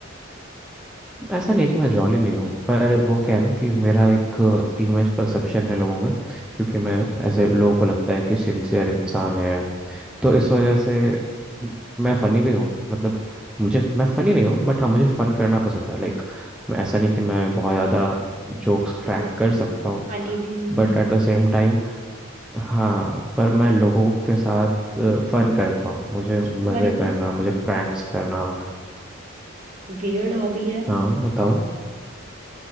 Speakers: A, in the centre; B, on the right.
A: ऐसा नहीं है कि मैं जॉली नहीं हूँ पर वो क्या है ना कि मेरा एक इमेज परसेप्शन है लोगों में क्योंकि मैं ऐसे लोगों को लगता है कि सिंसियर इंसान है तो इस वजह से म- मैं फनी भी हूँ मतलब मुझे मैं फनी नहीं हूँ बट हाँ मुझे फन करना पसंद है लाइक मैं ऐसा नहीं कि मैं बहुत ज़्यादा जोक्स क्रैक
B: मैं
A: कर सकता हूँ
B: फनी भी हूँ
A: but at the same time हाँ पर मैं लोगों के साथ फन करता हूँ मुझे
B: अच्छा
A: मज़े
B: तुम्हारी कोई
A: करना मुझे प्रैंक्स करना
B: वियर्ड हॉबी है
A: हाँ बताओ